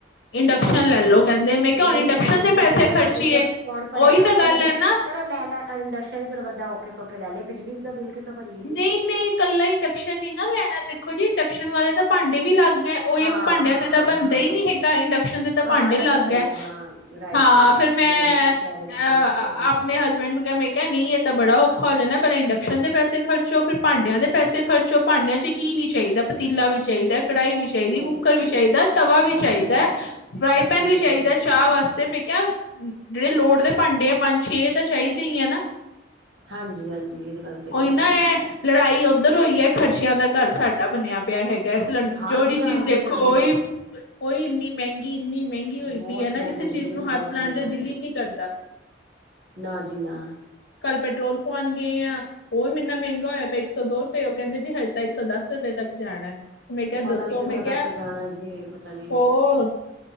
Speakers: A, on the left; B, on the right.
A: ਇੰਡਕਸ਼ਨ
B: ਹਾਂ
A: ਲੈਲੋ ਕਹਿੰਦੇ, ਮੈਂ ਕਿਹਾ
B: ਨਹੀਂ
A: ਹੁਣ ਇੰਡਕਸ਼ਨ
B: ਤਾਂ ਫਿਰ ਬਿਜਲੀ
A: ਤੇ
B: ਦਾ
A: ਪੈਸੇ
B: ਬਿੱਲ
A: ਖਰਚੀਏ?
B: ਨਾ ਪੁੱਛੋ ਕੌਣ ਭਰੇਗਾ
A: ਉਹੀ ਤਾਂ ਗੱਲ
B: ਪਹਿਲੇ
A: ਐ
B: ਬਿਜ
A: ਨਾ।
B: ਚਲੋ ਲੈ ਲੈਣ ਇੰਡਕਸ਼ਨ ਵੀ ਚਲੋ ਬੰਦਾ ਔਖੇ ਸੌਖੇ ਲੈ ਲਏ, ਬਿਜਲੀ ਦਾ ਬਿਲ ਕਿੱਥੋਂ ਭਰੀਏ ਜੀ
A: ਨਹੀਂ-ਨਹੀਂ, ਇਕੱਲਾ ਇੰਡਕਸ਼ਨ ਨੀ ਨਾ ਲੈਣਾ, ਦੇਖੋ ਜੀ ਇੰਡਕਸ਼ਨ ਵਾਲੇ ਤਾਂ ਭਾਂਡੇ ਵੀ ਅਲੱਗ ਐ ਉਹੀ
B: ਹਾਂ
A: ਭਾਂਡਿਆਂ ਤੇ ਤਾਂ ਬਣਦਾ
B: ਹਾਂ
A: ਹੀ ਨਹੀਂ ਹੈਗਾ, ਇੰਡਕਸ਼ਨ ਦੇ ਤਾਂ
B: ਹਾਂ
A: ਭਾਂਡੇ
B: ਇਹ
A: ਅਲੱਗ
B: ਗੱਲ ਸਹੀ
A: ਐ।
B: ਆ ਹਾਂ ਰਾਈਟ
A: ਹਾਂ,
B: ਰਾਈਟ
A: ਫਿਰ ਮੈਂ
B: ਹਾਂਜੀ ਠੀਕ
A: ਅ
B: ਕਹਿ ਰਹੇ ਹੋ ਤੁਸੀਂ ਹੂੰ
A: ਆਪਣੇ ਹਸਬੈਂਡ ਨੂੰ ਕਿਹਾ ਮੈਂ ਕਿਹਾ ਨਹੀਂ ਇਹ ਤਾਂ ਬੜਾ ਔਖਾ ਹੋ ਜਾਣਾ, ਪਹਿਲਾਂ ਇੰਡਕਸ਼ਨ ਦੇ ਪੈਸੇ ਖਰਚੋ, ਫਿਰ ਭਾਂਡਿਆਂ ਦੇ ਪੈਸੇ ਖਰਚੋ, ਭਾਂਡਿਆਂ ਚ ਕੀ ਨਹੀਂ ਚਾਹੀਦਾ? ਪਤੀਲਾ ਵੀ ਚਾਹੀਦਾ, ਕੜਾਹੀ ਵੀ ਚਾਹੀਦੀ,
B: ਸਕੂਪ
A: ਕੁੱਕਰ ਵੀ ਚਾਹੀਦਾ, ਤਵਾ ਵੀ ਚਾਹੀਦਾ
B: ਹਾਂਜੀ
A: ਫਰਾਈ
B: ਹਾਂਜੀ
A: ਪੈਨ ਵੀ ਚਾਹੀਦਾ
B: ਹਾਂਜੀ
A: ਚਾਹ ਵਾਸਤੇ, ਮੈਂ ਕਿਹਾ ਜਿਹੜੇ ਲੋੜ ਦੇ ਭਾਂਡੇ ਆ ਪੰਜ ਛੇ, ਏ ਤਾਂ ਚਾਹੀਦੇ ਹੀ ਐ ਨਾ?
B: ਹਾਂਜੀ-ਹਾਂਜੀ, ਇਹ ਤਾਂ ਗੱਲ ਸਹੀ
A: ਉਹੀ
B: ਐ ਤੁਹਾਡੀ
A: ਨਾ
B: ਬਿਲਕੁਲ।
A: ਇਹ ਲੜਾਈ ਉੱਧਰ ਹੋਈ ਐ, ਖਰਚਿਆਂ ਦਾ ਘਰ ਸਾਡਾ ਬਣਿਆ ਪਿਆ ਹੈਗਾ ਸਿਲੰ
B: ਹਾਂਜੀ
A: ਜੋਹੜੀ
B: ਹਾਂਜੀ
A: ਚੀਜ਼ ਦੇਖੋ
B: ਹਾਂਜੀ
A: ਉਹੀ ਉਹੀ ਇੰਨੀ ਮਹਿੰਗੀ, ਇੰਨੀ ਮਹਿੰਗੀ ਹੋਈ
B: ਬਹੁਤ
A: ਪਈ। ਉਹੀ ਆ ਨਾ
B: ਮਹਿੰਗੇ
A: ਕਿਸੇ ਚੀਜ਼
B: ਜੀ
A: ਨੂੰ
B: ਬਹੁਤ
A: ਹੱਥ ਲਾਣ
B: ਮਹਿੰਗੇ
A: ਦਾ ਦਿਲ ਹੀ ਨਹੀਂ ਕਰਦਾ। <inaudible>
B: ਨਾ ਜੀ ਨਾ
A: ਕੱਲ ਪੈਟਰੋਲ ਪਵਾਣ ਗਏ ਆ ਉਹ ਵੀ ਇੰਨਾ ਮਹਿੰਗਾ ਹੋਇਆ ਪਿਆ, ਇੱਕ ਸੌ ਦੋ ਰੁਪਏ, ਉਹ ਕਹਿੰਦੇ ਜੀ ਹਜੇ ਤਾਂ ਇੱਕ ਸੌ ਦਸ ਰੁਪਏ ਤੱਕ ਜਾਣਾ। ਮੈਂ ਕਿਹਾ ਦੱਸੋ?
B: ਪਤਾ ਨੀ ਕਿੱਥੋਂ
A: ਮੈਂ
B: ਤੱਕ
A: ਕਿਹਾ
B: ਜਾਣਾ ਜੀ ਪਤਾ ਨੀ
A: ਹੋਰ